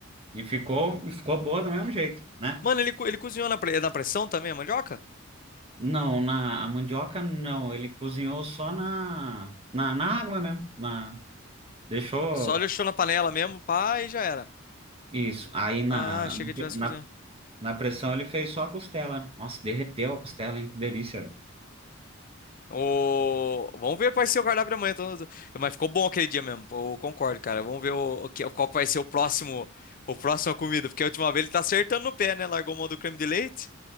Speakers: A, on the right; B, on the left.
A: E ficou, e ficou boa do mesmo jeito, né?
B: Mano, ele, co- ele cozinhou na, pre- na pressão também, a mandioca?
A: Não, na a mandioca não, ele cozinhou só na, na, na água mesmo. Na, deixou
B: Só deixou na panela mesmo, pá, e já era.
A: isso. Aí na,
B: Ah, achei que ele tivesse
A: na
B: cozinhado.
A: Na pressão ele fez só a costela, né? Nossa, derreteu a costela, hein? Que delícia. velho.
B: O... Vamos ver qual vai ser o cardápio da manhã. tô- tô- Mas ficou bom aquele dia mesmo. pô, Eu concordo, cara. Vamos ver o, o que- qual que vai ser o próximo, o próximo comida. Porque a última vez ele tá acertando no pé, né? Largou mão do creme de leite.